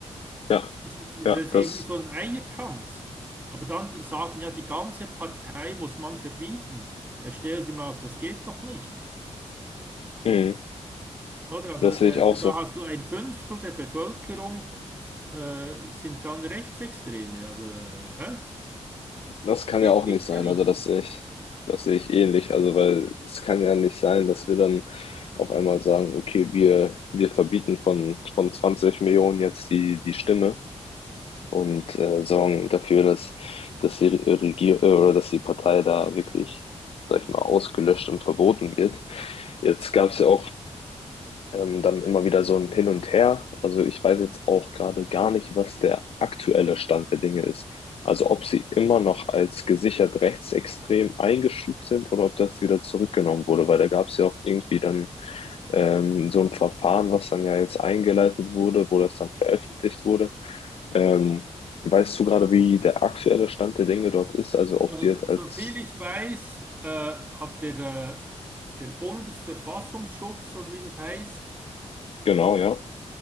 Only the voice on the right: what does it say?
Es, das
ist
irgendwie so ein Eiertanz. Aber dann sagen ja, die ganze Partei muss man verbieten. Er stellt ihm auf, das geht doch nicht.
Oder? Also,
äh,
da hast du ein Fünftel der Bevölkerung äh, sind dann Rechtsextreme. Also, äh, hä?
Geht,
geht
ja nicht.
Also,
so- soviel
ich weiß, äh, hat der, äh, der Bundesverfassungsschutz, oder wie das heißt,